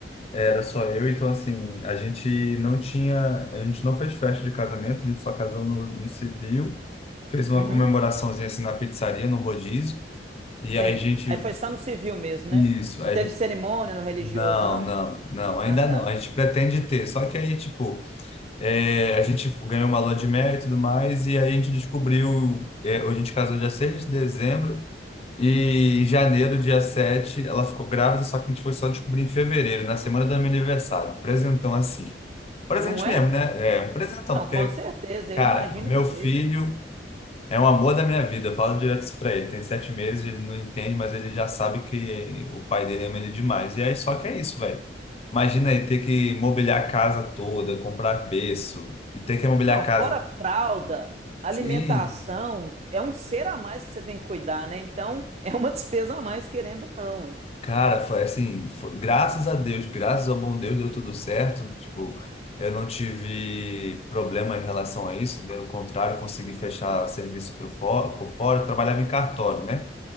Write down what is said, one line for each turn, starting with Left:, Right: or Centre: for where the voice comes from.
Left: era só eu, então, assim, a gente não tinha, a gente não fez festa de casamento, a gente só casou no, no civil, fez uma
Right: uhum,
Left: comemoraçãozinha, assim, na pizzaria, no rodízio, e
Right: sim.
Left: aí a gente,
Right: Aí foi só no civil mesmo,
Left: isso,
Right: né? Não
Left: aí
Right: teve
Left: a gente,
Right: cerimônia no religioso,
Left: não,
Right: não?
Left: não, não, ainda
Right: Ah, tá.
Left: não, a gente pretende ter, só que aí, tipo, é, a gente ganhou uma lua de mel e tudo mais, e aí a gente descobriu, é, a gente casou dia seis de dezembro, E em janeiro, dia 7 ela ficou grávida, só que a gente foi só descobrir em fevereiro, na semana do meu aniversário. Um Presentão assim. Presente
Right: Não é?
Left: mesmo, né? É um presentão,
Right: Não,
Left: porque,
Right: com certeza,
Left: cara,
Right: eu imagino
Left: o meu
Right: que
Left: filho
Right: seja.
Left: é um amor da minha vida. Eu falo direto isso pra ele. Tem sete meses, ele não entende, mas ele já sabe que o pai dele ama ele demais. E aí, só que é isso, velho. Imagina aí ter que mobiliar a casa toda, comprar berço, e ter que mobiliar
Right: Não,
Left: a casa.
Right: fora fralda, alimentação,
Left: Sim,
Right: é um ser a mais que você tem que cuidar, né? Então, <laughs> é uma despesa a mais, querendo ou não, hein?
Left: Cara, foi assim, foi- graças a Deus, graças ao bom Deus deu tudo certo. Tipo, eu não tive problema em relação a isso, pelo contrário, consegui fechar serviço por fora, por fora. Eu trabalhava em cartório, né?